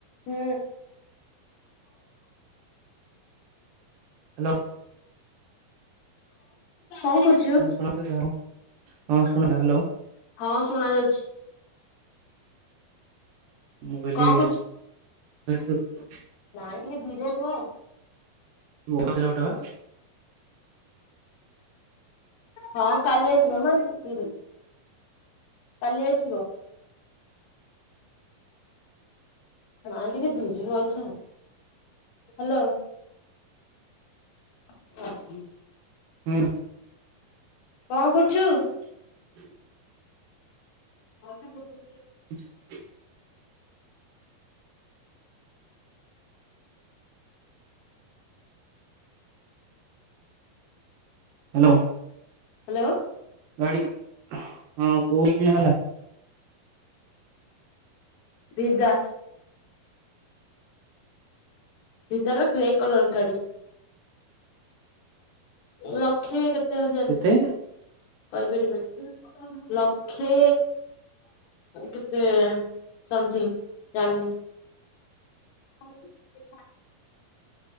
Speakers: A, on the left; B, on the right.
A: ହୁଁ।
B: ହାଲୋ।
A: କଣ କରୁ
B: ହଁ ଶୁଣଯାଉଚି ହଁ ଶୁଣିଲା ହାଲୋ।
A: ହଁ ଶୁଣା ଯାଉଚି।
B: ମୁଁ କହିଲି
A: କଣ
B: <unintelligible>
A: ମାଇଁ ଟିକେ ଧୀରେ କୁହ।
B: <unintelligible> ଅଟୋ ପା।
A: ହଁ କାଲି ଆସିବ ନା ଧିରେ କାଲି ଆସିବ। ମାଇଁ ଟିକେ ଧୀରି ରହିଥାଅ ହାଲୋ। <inaudible>
B: ହୁଁ।
A: କଣ କରୁଚୁ?
B: <inaudible>
A: ମୋତେ <unintelligible>
B: <inaudible> ହାଲୋ।
A: ହାଲୋ।
B: ଗାଡି ହଁ କୋଉଠୀ କିଣା ହେଲା?
A: ବିଦା। ବିଦାର କି ଗ୍ରେ କଲର ଗାଡି। ଲକ୍ଷେ କେତେ ହଜାର
B: କେତେ
A: କହିପାରିବିନି। ଲ କ୍ଷେ କେତେ ସମଥିଙ୍ଗ ଜାଣିନି। <inaudible>